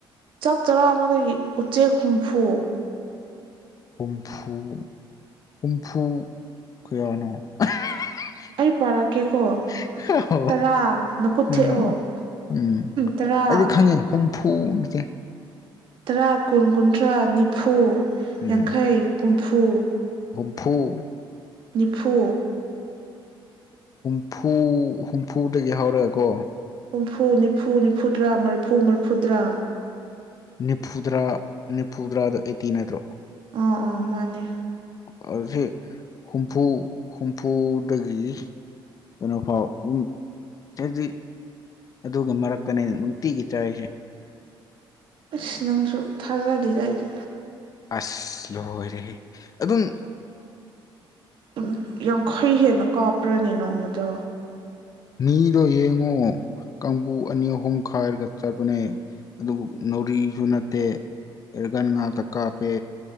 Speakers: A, on the right; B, on the left.
A: ꯆꯥꯛ ꯆꯔꯥ ꯑꯃꯗꯒꯤ ꯎꯆꯦꯛ ꯍꯨꯝꯐꯨ
B: ꯍꯨꯝꯐꯨ ꯍꯨꯝꯐꯨ ꯀꯌꯥꯅꯣ <unintelligible>
A: ꯑꯩ ꯄꯥꯔꯛꯀꯦꯀꯣ
B: <unintelligible>
A: ꯇꯔꯥ ꯅꯀꯨꯠ
B: ꯎꯝ
A: ꯊꯦꯛꯑꯣ
B: ꯎꯝ
A: ꯇꯔꯥ
B: ꯑꯩꯗꯤ ꯈꯪꯉꯦ ꯍꯨꯝꯐꯨꯖꯦ
A: ꯇꯔꯥ ꯀꯨꯟ ꯀꯨꯟꯊ꯭ꯔꯥ ꯅꯤꯐꯨ
B: ꯎꯝ
A: ꯌꯥꯡꯈꯩ ꯍꯨꯝꯐꯨ
B: ꯐꯨ
A: ꯅꯤꯐꯨ
B: ꯍꯨꯝꯐꯨ ꯍꯨꯝꯐꯨꯗꯒꯤ ꯍꯧꯔ꯭ꯑꯦꯀꯣ
A: ꯍꯨꯝꯐꯨ ꯅꯤꯐꯨ ꯅꯤꯐꯨꯗ꯭ꯔꯥ ꯃ꯭ꯔꯐꯨ ꯃ꯭ꯔꯐꯨꯗ꯭ꯔꯥ
B: ꯅꯤꯐꯨꯗ꯭ꯔꯥ ꯅꯤꯐꯨꯗ꯭ꯔꯥꯗꯣ ꯑꯩꯠꯇꯤ ꯅꯠꯇ꯭ꯔꯣ
A: ꯑꯥ ꯑꯥ ꯃꯥꯅꯦ
B: ꯑꯣ <unintelligible> ꯍꯨꯝꯐꯨ ꯍꯨꯝꯐꯨꯗꯥꯒꯤ ꯏ ꯀꯩꯅꯣ ꯐꯥꯎ ꯑꯝ ꯆꯩꯗꯤ ꯑꯗꯨꯒꯤ ꯃꯔꯛꯇꯅꯦ ꯅꯨꯡꯇꯤꯒꯤ ꯆꯥꯔꯤꯁꯦ
A: ꯏꯁ ꯅꯪꯁꯨ ꯊꯥꯖꯥꯗꯦꯗ ꯑꯩꯗꯤ
B: ꯑꯁ ꯂꯣꯏꯔꯦꯍꯦ ꯑꯗꯨꯝ
A: ꯑꯝ ꯌꯥꯡꯈꯩ ꯍꯦꯟꯅ ꯀꯥꯞꯄ꯭ꯔꯥꯅꯦ ꯅꯣꯡꯃꯗ
B: ꯃꯤꯗꯣ ꯌꯦꯡꯉꯣ ꯀꯥꯡꯕꯨ ꯑꯅꯤ ꯑꯍꯨꯝ ꯈꯥꯏꯔꯒ ꯆꯠꯄꯅꯦ ꯑꯗꯨꯕꯨ ꯅꯥꯎꯔꯤꯁꯨ ꯅꯠꯇꯦ ꯑ꯭ꯦꯔꯒꯟ ꯉꯥꯛꯇ ꯀꯥꯞꯄꯦ